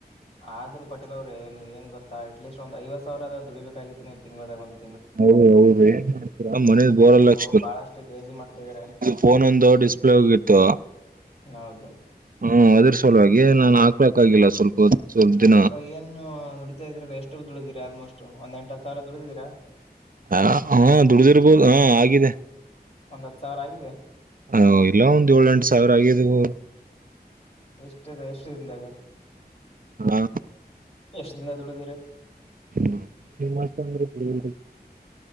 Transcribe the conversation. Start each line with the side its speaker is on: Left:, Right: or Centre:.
Left: ಆದ್ರ ಪಟೇಲ್ ಅವ್ರೆ ನೀವ ಏನ್ ಗೊತ್ತ ಅಟ್ಲೀಸ್ಟ್ ಒಂದು ಐವ್ ಸಾವಿರ ಆದದ ದುಳಡಿಬೇಕಾಗಿತ್ತು ನೀವು ತಿಂಗಗಳದಾಗ ಒಂತ
Right: ಹೌದು ಅವ ಏನ್ ಮನದ ಬೋರಲ್ಲ
Left: ನೀವು
Right: ಅಕ್ಷ್ಮ
Left: ಬಹಳಷ್ಟು ಲೇಜಿ ಮಾಡ್ತಿದೀರ
Right: ಫೋನ್ ಒಂದ ಡಿಸ್ಪ್ಲಿತ್ತು
Left: ಹೌದು
Right: ಹ್ಮದ ಸಲುವಾಗಿ ನಾನು ಹಾಕ್ಲಕ್ಾಗಿಲ್ಲ ಸ್ವಲ್ಪ ಸ್ವಲ್ಪ ದಿನ
Left: ಇವಾಗ ಏನು ನುಡಿತಾ ಇದ್ರಲ್ಲ ಎಷ್ಟು ದುಡಿದಿರಾ ಆಲ್ಮೋಸ್ಟ್ ಒಂದ್ ಎಂಟ ಹದ ಸಿರ ದುಡಿದೀರಾ
Right: ಹ ಹಾ ದುಡ್ದಿರ್ಬೋದು ಹಾ ಆಗಿದೆ
Left: ಒಂದ್ ಹತ್ತು ಸಾವಿರ ಆಗಿದೆ
Right: ಹ ಇಲ್ಲ ಒಂದ್ ಏಳ ಎಂಟು ಸಾವಿರ ಆಗಿದವು
Left: ಎಷ್ಟ ಅದ ಎಷ್ಟು ದಿನದಾಗ
Right: ಹಾ
Left: ಎಷ್ಟ್ ದಿನ ದುಡಿದಿರ
Right: ಹ ನಿ ಮಾ ಅಂದ್ರೆ ಬಿಳ